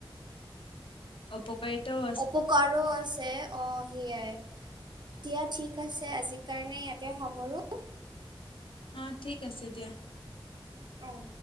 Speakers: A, on the left; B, on the right.
A: অপকাৰিতও
B: অপকাৰো আছে অ, সেয়াই এতিয়া ঠিক আছে আজিৰ কাৰণে ইয়াত তে সামৰো।
A: অ, ঠিক আছে দিয়া।
B: অ',